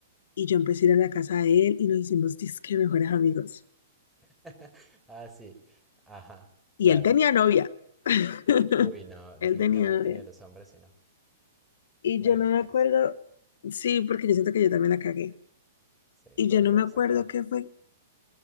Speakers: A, on the left; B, in the centre.
A: Y yo empecé a ir a la casa de él y nos hicimos disque mejores amigos.
B: <laughs> Ah, sí. Ajá,
A: Y
B: claro.
A: él tenía novia. <laughs>
B: Uy, no, definitivamente
A: Él tenía novia.
B: los hombres sí no.
A: Y
B: Bueno,
A: yo
B: y
A: no
B: las mujeres.
A: me acuerdo, sí, porque yo siento que yo también la cagué.
B: Sí,
A: Y
B: todo,
A: yo no
B: todos
A: me acuerdo
B: acá.
A: qué fue